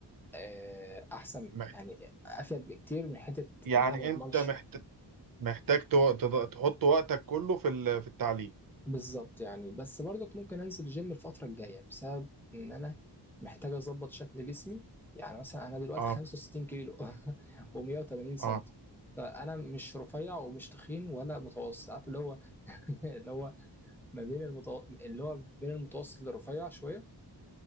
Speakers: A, in the centre; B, on the right.
A: آه، احسن
B: مح-
A: يعني افيد بكتير من حته
B: يعني
A: اللي انا ما اضمنش
B: انت محت... محتاج تو- تض- تحط وقتك كله في ال- في التعليم
A: بالظبط يعني بس برضك ممكن انزل الجيم الفتره الجايه بسبب ان انا محتاج اظبط شكل جسمي يعني مثلا انا دلوقتي
B: اه
A: 65 كيلو <laughs> و180 سم
B: اه
A: فانا مش رفيع ومش تخين ولا متوسط عارف اللي هو <laughs> اللي هو ما بين المتو... اللي هو بين المتوسط للرفيع شويه